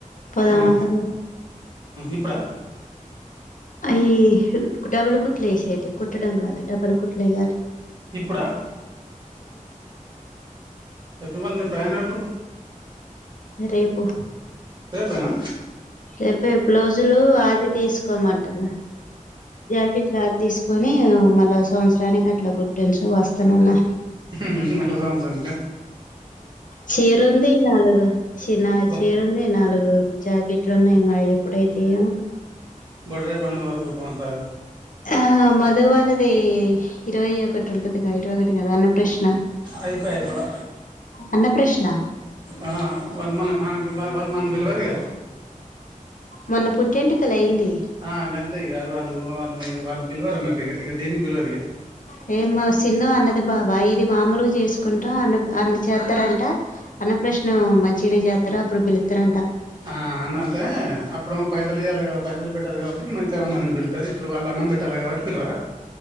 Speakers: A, on the left; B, on the right.
A: పోదమంటానా
B: ఆహా ఇప్పుడా
A: అయ్యి డాబాలు కుట్లు వేసేటియి కుట్టడం కాదు డాబాలు కుట్లు వేయ్యాలి
B: ఇప్పుడా చెప్ప మళ్ళ నీ ప్రయాణం ఎప్పుడు
A: రేపు
B: రేపేనా
A: రేపే బ్లౌజులు ఆది తీసుకోమంటన్న జాకెట్లు ఆది తీసుకొని అనీ మళ్ళా సంవత్సరానికి అట్లా కుట్టుంచు వస్తానన్న
B: హ హ మల్ల సంవత్సరానిక
A: చీరుంది నాలుగు చినా
B: బొ
A: చీరుంది నాలుగు జా ఇట్లు ఉన్నాయి మరి ఎప్పుడైతయో
B: బడ ర పనికికు వర కుట్టంమంటారు <unintelligible>
A: ఆ మధు వాళ్ళది ఇరవై ఒకటి ఉంటదిగా ఇరవై ఒకటి కదా అన్న ప్రశ్న
B: అయిపాయ ఇప్పుడు
A: అన్న ప్రశ్న
B: ఆ వాళ్ళు మనం వాల్ మనల్ని పిల్వరిగ
A: మొన్న పుట్టెంటుకలైంది
B: ఆ గంతే ఇగ వాళ వాళ్ళ వాళ పిల్వర్ అన్నటిగా ఇక దేని కి పిల్వరిగా
A: నేను మా శీను అన్నకి అద బాబ ఇది మామలుగా చేసుకుంటాం అన్న అ చేస్తారంట అన్న ప్రశ్న మంచిగనే వతర అప్పుడు పిళతర
B: ఆ అంటే అప్పుడు ఏమో పైసలు ఇయాలిగా పైసలు పెట్టాలి కాబట్టి మ చాలామందిని పిలుతారు ఇప్పుడు వాళ్లు అన్నం పెట్టాలి కాబట్టి పిలవరా